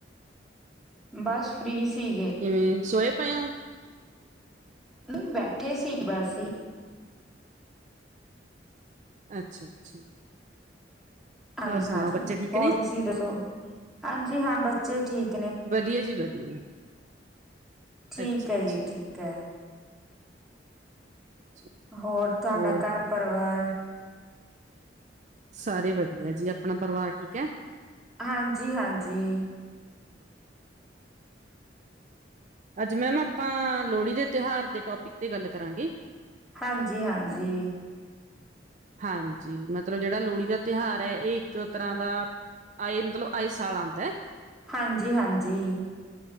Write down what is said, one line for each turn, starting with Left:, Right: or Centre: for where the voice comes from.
Centre: ਬਸ ਫ੍ਰੀ ਸੀ। ਸੀ ਗਏ।
Right: ਕਿਵੇਂ ਸੋਏ ਪਾਇ ਹੋ।
Centre: ਨਹੀਂ ਬੈਠੇ ਸੀ। ਬਸ ਹੀ
Right: ਅੱਛਾ- ਅੱਛਾ।
Centre: ਹਾਂਜੀ
Right: ਹੋਰ
Centre: -ਹਾਂਜੀ
Right: ਸੁਣਾਓ ਬੱਚੇ ਠੀਕ
Centre: ਹੋਰ
Right: ਨੇ
Centre: ਤੁਸੀਂ ਦੱਸੋ। ਹਾਂਜੀ। ਹਾਂ, ਬਸ ਜੇ ਠੀਕ
Right: ਵਧੀਆ ਜੀ, ਵਧੀਆ
Centre: ਠੀਕ
Right: ਅੱਛਾ
Centre: ਹੈ
Right: ਅੱਛਾ
Centre: ਜੀ, ਠੀਕ ਹੈ।
Right: ਅੱਛਾ।
Centre: ਹੋਰ ਤੁਹਾਡਾ
Right: ਹੋਰ
Centre: ਘਰ ਪਰਿਵਾਰ
Right: ਸਾਰੇ ਵਧੀਆ ਜੀ, ਆਪਣਾ ਪਰਿਵਾਰ ਠੀਕ ਹੈ।
Centre: ਹਾਂਜੀ- ਹਾਂਜੀ।
Right: ਅੱਜ ਮੈਮ ਆਪਾਂ ਲੋਹੜੀ ਦੇ ਤਿਉਹਾਰ ਦੇ ਟੋਪਿਕ ਤੇ ਗੱਲ ਕਰਾਂਗੇ।
Centre: ਹਾਂਜੀ- ਹਾਂਜੀ।
Right: ਹਾਂਜੀ। ਮਤਲਬ ਜਿਹੜਾ ਲੋਹੜੀ ਦਾ ਤਿਉਹਾਰ ਹੈ। ਇਹ ਇੱਕ ਤਰ੍ਹਾਂ ਦਾ ਆਏ ਮਤਲਬ ਆਏ ਸਾਲ ਆਉਂਦਾ।
Centre: ਹਾਂਜੀ -ਹਾਂਜੀ।